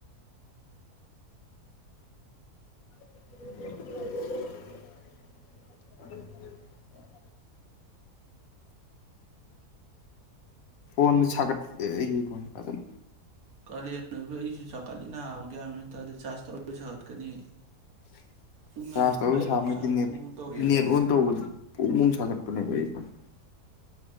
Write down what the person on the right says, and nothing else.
ꯀꯥꯂꯦꯟ ꯑꯩꯁꯨ ꯁꯥꯒꯠꯂꯤꯅ ꯆꯥꯔꯖ ꯇꯧꯔꯁꯨ ꯁꯥꯒꯠꯀꯅꯤ
ꯆꯨꯝꯅ
ꯑꯗꯨꯝ
ꯂꯩꯔꯁꯨ
ꯁꯥꯒꯠꯄꯩ
ꯃꯑꯣꯡ ꯇꯧꯔꯤꯑꯕ